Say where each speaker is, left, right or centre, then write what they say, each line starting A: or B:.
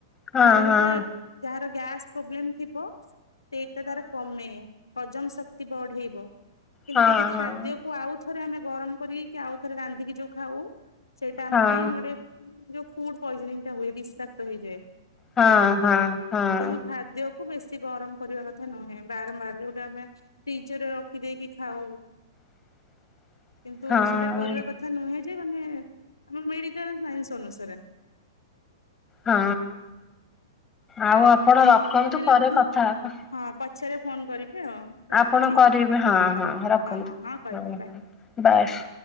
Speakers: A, on the left; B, on the left.
A: ହଁ
B: ତାହେଲେ
A: ହଁ
B: ହେଇଟା ଯାହାର ଗ୍ୟାସ ପ୍ରୋବ୍ଲେମ ଥିବ ସେଇଟା ତାର କମେ। ହଜମ ଶକ୍ତି ବଢେଇବ କିନ୍ତୁ
A: ହଁ ହଁ
B: ଯଦି ଖାଦ୍ୟ
A: ହଁ।
B: କୁ ଆଉ ଥରେ ଆମେ ଗରମ କରିକି ଆଉ ଥରେ ରାନ୍ଧିକି ଯୋଉ ଖାଉ ସେଇଟା
A: ହଁ
B: ଆମ ପାଇଁ ଗୋଟେ ଯଉ ଫୁଡ ପଏଜନିଂ ଟା ହୁଏ ବିସ୍ତାକ୍ତ ହେଇଯାଏ।
A: ହଁ
B: ଖାଇବାଟା
A: ହଁ। ହଁ ହଁ।
B: କିନ୍ତୁ ଖାଦ୍ୟକୁୁ ବେଶି ଗରମ କରିବା କଥା ନୁହେଁ ବାରମ୍ବାର ଯୋଉଟା ଆମେ ଫ୍ରିଜ ରେ ରଖିଦେଇକି ଖାଉ
A: <unintelligible>
B: କିନ୍ତୁ
A: ହଁ
B: ସେଟା କରିବା କଥା ନୁହେଁ ଯେ ମାନେ ଆମ ମେଡିକାଲ ସାଇନ୍ସ ଅନୁସାରେ।
A: ହଁ ଆଉ ଆପଣ ରଖନ୍ତୁ
B: ହଉ ତାହେଲେ
A: ପରେ
B: ମୁଁ
A: କଥା ହେବା।
B: ହଁ ପଛରେ ଫୋନ୍ କରିବେ ଆଉ। ରଖୁଛି
A: ଆପଣ କରିବେ ହଁ ହଁ ରଖନ୍ତୁ
B: ହଁ କରିବି
A: ହଁ ହଁ
B: ବାଏ।
A: ବାସ୍।